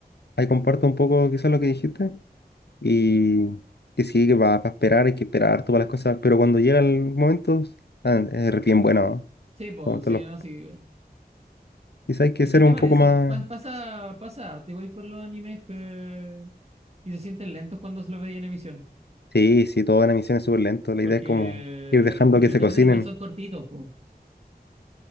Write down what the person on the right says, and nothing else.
Sí, pues,
sí,
no, sí.
Es
que el tema
es
ese pa- pasa, pasa harto igual con los animes que, y se sienten lentos cuando se los veis en emisión.
Porque,
porque
los capítulos
igual son cortitos, pues.